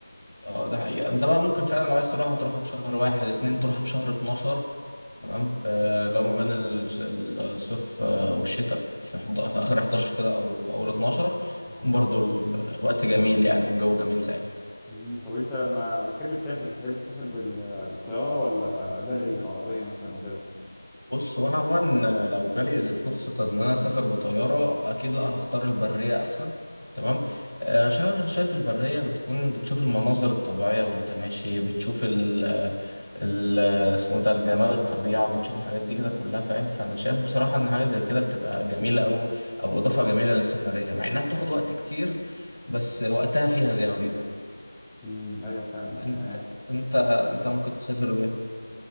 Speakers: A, on the left; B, in the centre.
A: اه ده حقيقة انت بقى ممكن فعلا لو عايز تروحها تروحها في شهر واحد اتنين تروحها في شهر اتناشر تمام فلو ما بين الش- الصيف آه، والشتاء في, حض... في اخر 11 كده او اول 12
B: مم.
A: يكون برضو ال- الوقت جميل يعني والجو جميل ساعتها
B: مم. طب انت لما بتحب تسافر تحب تسافر بال... بالطياره ولا بري بالعربيه مثلا وكده
A: بص هو انا عموما لو جالي الفرصه ان انا اسافر بطياره اكيد لا هختار البريه احسن تمام آه، عشان انا شايف البريه بتكون بتشوف المناظر الطبيعيه وانت ماشي بتشوف ال ال اسمه ده الجمال الطبيعه بتشوف الحاجات دي كده كلها فاهم فانا شايف بصراحه ان حاجه زي كده بتبقى جميله او او اضافه جميله للسفريه مع انها بتاخد وقت كتير بس وقتها فيها زي ما بيقولوا
B: امم ايوه فعلا
A: انت
B: يعني
A: انت انت ممكن تسافر بيه